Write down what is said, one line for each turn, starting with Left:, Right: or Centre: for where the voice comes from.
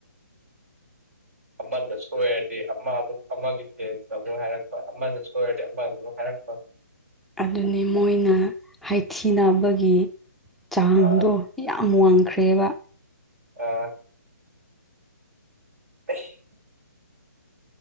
Right: ꯑꯃꯅ ꯁꯣꯏꯔꯗꯤ ꯑꯃ ꯑꯃꯨꯛ ꯑꯃꯒꯤ ꯐꯦꯟꯁ ꯑꯃꯨꯛ ꯍꯥꯏꯔꯛꯄ ꯑꯃꯅ ꯁꯣꯏꯔꯗꯤ ꯑꯃꯅ ꯑꯃꯨꯛ ꯍꯥꯏꯔꯛꯄ <inaudible>
Centre: ꯑꯗꯨꯅꯤ ꯃꯣꯏꯅ ꯍꯥꯏꯊꯤꯅꯕꯒꯤ ꯆꯥꯡꯗꯣ
Right: ꯑ
Centre: ꯌꯥꯝ ꯋꯥꯡꯈ꯭ꯔꯦꯕ
Right: ꯑ <inaudible>